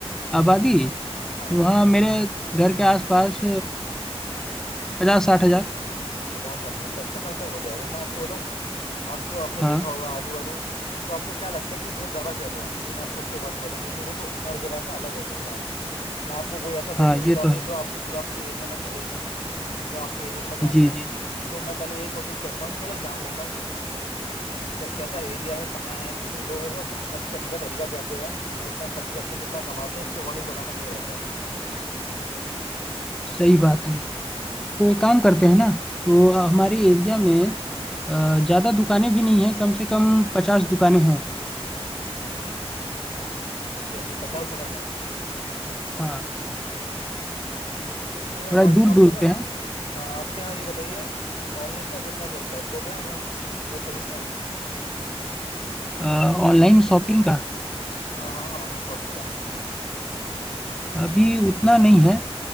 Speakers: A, in the centre; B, on the left.
A: आबादी
B: हाँ
A: वहाँ मेरे घर के आसपास पचास साठ हजार
B: पचास साठ हजार तो अच्छा खासा हो जाएगा मैं आपको बताऊं आपको आपने देखा
A: हाँ
B: होगा आजू बाजू तो आपको क्या लगता है कि बहुत ज्यादा चल रहा है फिर मैं आपको उसके अकॉर्डिंग बताऊं क्योंकि देखो हर जगह का अलग होता है हिसाब मैं आपको कोई ऐसा बिजनेस
A: हाँ ये
B: बता
A: तो
B: दूं
A: है
B: जो आप जो आपके एरिया में चले ही ना जो आपके एरिया को मैं जानता
A: जी
B: नहीं
A: जी
B: तो मैं पहले यही कोशिश करता हूँ कि पहले जान लेता हूँ कि क- कैसा एरिया है कहाँ है कि- लोगों का ख- खर्च करने का तरीका कैसे है कितना खर्च करते हैं कितना कमाते हैं उसके अकॉर्डिंग बताना सही रहता है
A: सही बात है तो एक काम करते हैं ना तो अ, हमारे एरिया में अ, ज़्यादा दुकानें भी नहीं हैं कम से कम पचास दुकानें हैं
B: चलिए पचास दुकानें हैं
A: हाँ
B: तो मेरे अकॉर्डिंग
A: थोड़ा दूर
B: आपको
A: दूर
B: ना
A: पे हैं
B: हाँ आपके यहाँ ये बताइए ऑनलाइन का कितना चलता है स्कोप है ऑनलाइन लोग खरीदते हैं
A: अ, ऑनलाइन शॉपिंग का
B: हाँ हाँ ऑनलाइन शॉपिंग का
A: अभी उतना नहीं है